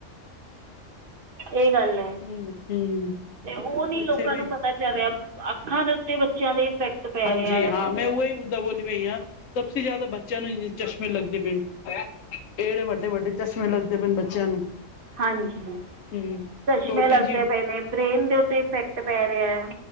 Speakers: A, on the right; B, on the left.
A: ਓ ਗੱਲ ਹੈ
B: ਹੂੰ ਹੂੰ
A: ਤੇ ਉਹ ਨੀ
B: ਬੱਚੇ
A: ਲੋਕਾਂ
B: ਵੀ
A: ਨੂੰ ਪਤਾ, ਪਤਾ ਚੱਲ ਰਿਹਾ, ਅੱਖਾਂ ਦੇ ਉੱਤੇ ਬੱਚਿਆਂ ਦੇ ਇਫੈਕਟ ਪੈ
B: ਹਾਂਜੀ
A: ਰਿਹਾ
B: ਹਾਂ
A: ਹੈ
B: ਮੈਂ ਉਹੀ ਮੁੱਦਾ ਬੋਲੀ ਪਈ ਹਾਂ ਸਭ ਸੇ ਜ਼ਿਆਦਾ ਬੱਚਿਆਂ ਨੂੰ ਇ ਚਸ਼ਮੇ ਲੱਗਦੇ ਪਏ। ਇਹੜੇ ਵੱਡੇ- ਵੱਡੇ ਚਸ਼ਮੇ ਲੱਗਦੇ ਪਏ ਨ ਬੱਚਿਆਂ ਨੂੰ।
A: ਹਾਂਜੀ
B: ਹੂੰ
A: ਚਸ਼ਮੇ
B: ਛੋਟੀ
A: ਲੱਗਦੇ
B: ਜੀ
A: ਪਏ ਨੇ ਬ੍ਰੇਨ ਦੇ ਉੱਤੇ ਇਫੈਕਟ ਪੈ ਰਿਹਾ।